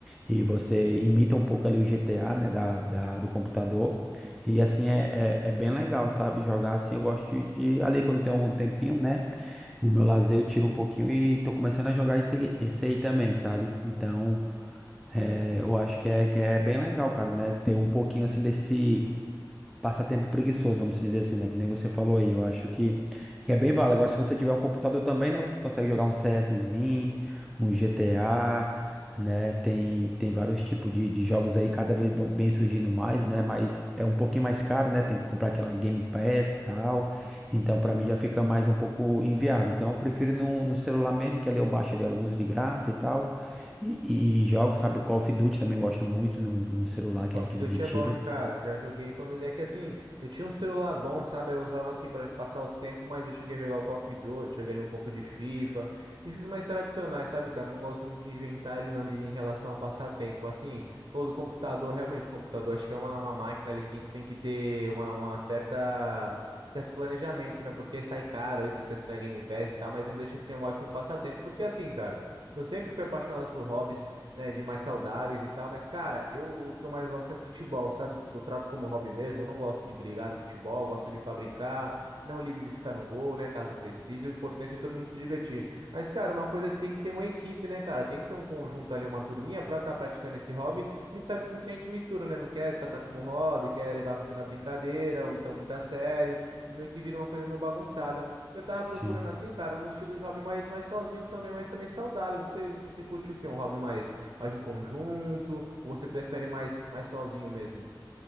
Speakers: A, in the centre; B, on the right (about 70°).
A: e você imita um pouco ali o GTA, né, da, da, do computador, e assim é, é, é bem legal, sabe? Jogar assim, eu gosto de, de- ali quando tem algum tempinho, né? O meu lazer eu tiro um pouquinho e tô começando a jogar esse, aí- esse aí também, sabe? Então, é, eu acho que é, que é bem legal, cara, né? Ter um pouquinho assim desse passatempo preguiçoso, vamos dizer assim, né? Que nem você falou aí. Eu acho que, que é bem válido. Agora, se você tiver um computador também, né? Você consegue jogar um CSzinho, um GTA, né? Tem, tem vários tipos de, de jogos aí, cada vez vão- vem surgindo mais, né? Mas é um pouquinho mais caro, né? Tem que comprar aquela Game Pass e tal. Então, pra mim, já fica mais um pouco inviável. Então, eu prefiro no, no celular mesmo, que ali eu baixo ali alguns de graça e tal. E, e, e jogo, sabe? Call of Duty também gosto muito no, no celular, que
B: Off
A: é aquele
B: Duty
A: de tiro.
B: é bom, hein, cara. Já joguei quando. É que assim, eu tinha um celular bom, sabe? Eu usava assim pra passar o tempo, mas eu cheguei a jogar o Call of Duty, joguei ali um pouco de FIFA. Esses mais tradicionais, sabe, cara? Eu não gosto muito de inventar ali, não, de em relação a passar tempo. Assim, pô, do computador, realmente, o computador acho que é uma, uma máquina ali que a gente tem que ter uma, uma certa. um certo planejamento, né? Porque sai caro ali, tem que assinar Game Pass e tal, mas não deixa de ser um ótimo passatempo. Porque assim, cara, eu sempre fui apaixonado por hobbies né, de mais saudáveis e tal, mas cara, eu o que eu mais gosto é futebol, sabe? Eu trato como hobby mesmo, eu não gosto de brigar no futebol, eu gosto de ir pra brincar, não ligo de ficar no gol, né, caso precise, o importante é todo mundo se divertir. Mas cara, uma coisa que tem que ter uma equipe, né, cara? Tem que ter um conjunto ali, uma turminha pra estar praticando esse hobby. A gente sabe que muita gente mistura, né? Não quer tratar como hobby, quer levar muito na brincadeira, ou então muito a sério, e meio que vira uma coisa meio bagunçada. Eu tava procurando
A: Sim.
B: assim, cara, um estilo de hobby mais mais sozinho também, mas também saudável. Você você curte o quê? Um hobby mais mais em conjunto? Ou você prefere mais, mais sozinho mesmo?